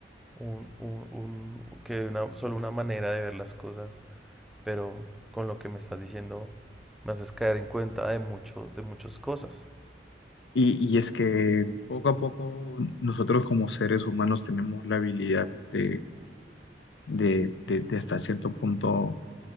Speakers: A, in the centre; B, on the left.
A: un, un- un- que una, solo una manera de ver las cosas, pero con lo que me estás diciendo me haces caer en cuenta de mucho, de muchas cosas.
B: Y, y es que poco a poco nosotros como seres humanos tenemos la habilidad de, de, de- de hasta cierto punto